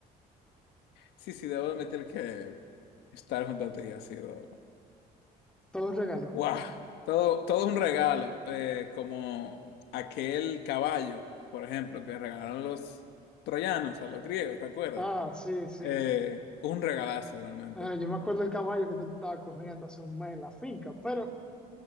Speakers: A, on the left; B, in the centre.
A: sí, sí, debo admitir que estar junto a ti ha sido
B: Todo un regalo.
A: Wow, todo, todo un regalo, eh, como aquel caballo, por ejemplo, que regalaron los troyanos a los griegos, ¿te acuerdas?
B: Ah, sí, sí.
A: Eh, un regalazo realmente.
B: Ah, yo me acuerdo del caballo que tú te estabas cogiendo hace un mes en la finca, pero